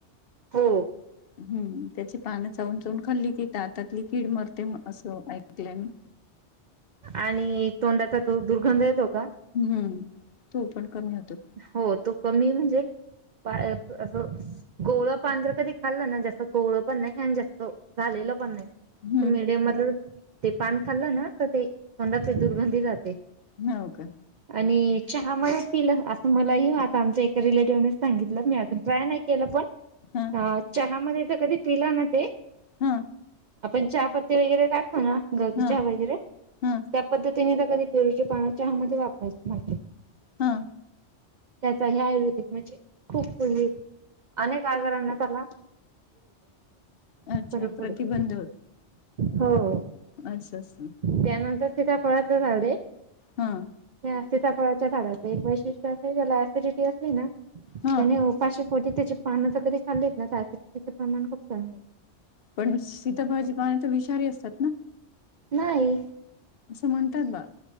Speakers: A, on the right; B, on the left.
A: हो....
B: हम्म त्याची पानं चावून चवून खाल्ली की दातातली कीड मरते असं ऐकलय मी,
A: आणि तोंडाचा जो दुर्गंध येतो का
B: हम्म् तो पण कमी होतो.
A: हो तो कमी म्हणजे पाळ असं कोवळं पान जर कधी खाल्लं ना जास्त कोळं पण नाही आणि जास्त झालेलं पण नाही.
B: हम्म
A: मिडीयम मधल ते पान खाल्लं ना तर ते तोंडाची दुर्गंधी जाते.
B: हव का?
A: आणि चहामध्ये पिल अस मला ह्यो आता आमच्या एका रिलेटिव्हने सांगितलं, मी अजून ट्राय नाही केलं पण
B: हा.
A: आ चहामध्ये त कधी पिला ना ते
B: हा.
A: आपण चहापत्ती वगैरे टाकतो ना गवती
B: हा
A: चहा वगैरे
B: हा
A: त्या पद्धतीने तर कधी पेरूचे पान चहा मध्ये वापरायचे म्हटले.
B: हा.
A: त्याचा हा आयुर्वेदिक म्हणजे खूप ये अनेक आजारांना त्याला
B: अच्छा
A: पडत.
B: प्रतिबंध
A: हो हो....
B: अस असं.
A: त्या नंतर सिताफळाचं झाड आहे.
B: हम्म.
A: त्या सिताफळचा झाडाच एक वैशिष्ट असय ज्याला ॲसिडिटी असली ना
B: हा
A: त्याने उपाशी पोटी त्याचे पानचं ज कधी तरी खाल्लीत ना तर ऍसिडिटीचे प्रमाण खूप कमी होतं.
B: पण सिताफळा चे पान तर विषारी असतात ना.
A: नाही.
B: असं म्हणता बा.